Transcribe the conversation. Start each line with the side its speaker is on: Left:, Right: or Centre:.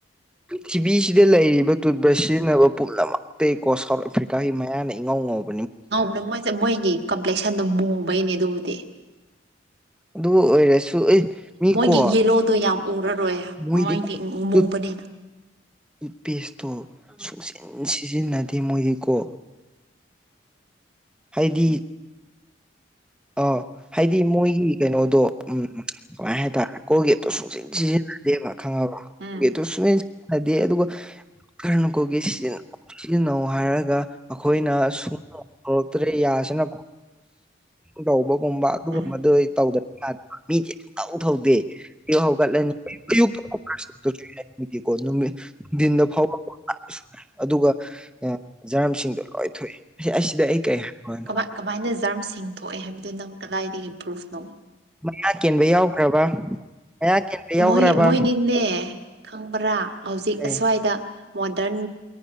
Centre: ꯄ꯭ꯔꯤꯊꯤꯕꯤꯁꯤꯗ ꯂꯩꯔꯤꯕ ꯇꯨꯠ ꯕ꯭ꯔꯁ ꯁꯤꯖꯤꯟꯅꯕ ꯄꯨꯝꯅꯃꯛꯇꯇꯩ ꯀꯣ ꯁꯥꯎꯠ ꯑꯐ꯭ꯔꯤꯀꯥꯒꯤ ꯃꯌꯥꯅ ꯏꯪꯉꯧ ꯉꯧꯕ
Right: ꯉꯧꯕꯗ ꯃꯣꯏꯁꯦ ꯃꯣꯏꯒꯤ ꯀꯝꯄ꯭ꯂꯦꯛꯁꯟꯗꯣ ꯃꯨꯕꯩꯅꯦ ꯑꯗꯨꯕꯨꯗꯤ
Centre: ꯑꯗꯨꯕꯨ ꯑꯣꯏꯔꯁꯨ ꯑꯦ ꯃꯤꯀꯣ
Right: ꯃꯣꯏꯒꯤ ꯌꯦꯂꯣꯗꯣ ꯌꯥꯝ ꯎꯔ
Centre: ꯃꯣꯏꯗꯤ
Right: ꯃꯗꯤ ꯃꯨꯕꯅꯦꯅ
Centre: ꯇꯨꯠ ꯇꯨꯠꯄꯦꯁꯇꯣ ꯁꯨꯡꯆꯤꯟ ꯁꯤꯖꯤꯟꯅꯗꯦ ꯃꯣꯏꯗꯤ ꯀꯣ ꯍꯥꯏꯗꯤ ꯑ ꯍꯥꯏꯗꯤ ꯃꯣꯏꯒꯤ ꯀꯩꯅꯣꯗꯣ ꯎꯝ ꯁꯨꯃꯥꯏꯅ ꯍꯥꯏꯇꯥꯔꯦ ꯀꯣꯜꯒꯦꯠꯇꯣ ꯁꯨꯡꯁꯣꯏ ꯁꯤꯖꯤꯟꯅꯗꯦꯕ ꯈꯪꯉꯕ
Right: ꯎꯝ
Centre: ꯀꯣꯜꯒꯦꯠꯇꯣ ꯁꯨꯡꯆ ꯁꯤꯖꯤꯟꯅꯗꯦ ꯑꯗꯨꯒ ꯈꯔꯅꯀꯣꯒꯤ ꯁꯤꯖꯤꯟꯅꯧ ꯍꯥꯏꯔꯒ ꯑꯩꯈꯣꯏꯅ ꯁꯨꯝꯔꯛꯇ꯭ꯔꯦ ꯁꯤꯅ ꯇꯧꯕꯒꯨꯝꯕ ꯑꯗꯨꯒꯨꯝꯕꯗꯨ
Right: ꯎꯝ
Centre: ꯇꯧꯗꯕ ꯃꯤꯁꯦ ꯇꯧ ꯊꯧꯗꯦ ꯍꯧꯒꯠꯂꯅꯤ ꯑꯌꯛꯇꯣ ꯅꯨꯃꯤꯗ ꯐꯥꯎꯕ ꯁ ꯑꯗꯨꯒ ꯖꯥꯔꯝꯁꯤꯡꯗꯣ ꯂꯣꯏ ꯊꯣꯛꯏ ꯑꯁꯤꯗ ꯑꯩ ꯀꯩ ꯍꯥꯏꯔꯅꯣ
Right: ꯀꯃꯥꯏ ꯀꯃꯥꯏꯅ ꯖꯔꯝ ꯁꯤꯡ ꯊꯣꯛꯑꯦ ꯍꯥꯏꯕꯗꯤ ꯅꯪ ꯀꯗꯥꯏꯗꯒꯤ ꯄ꯭ꯔꯨꯐꯅꯣ
Centre: ꯃꯌꯥ ꯀꯦꯟꯕ ꯌꯥꯎꯈ꯭ꯔꯕ ꯃꯌꯥ ꯀꯦꯟꯕ ꯌꯥꯎꯈ꯭ꯔꯕ
Right: ꯃꯣꯏ ꯃꯣꯏꯅꯤꯝꯅꯦ ꯈꯪꯕ꯭ꯔꯥ ꯍꯧꯖꯤꯛ
Centre: ꯑꯦ
Right: ꯑꯁ꯭ꯋꯥꯏꯗ ꯃꯣꯗꯔꯟ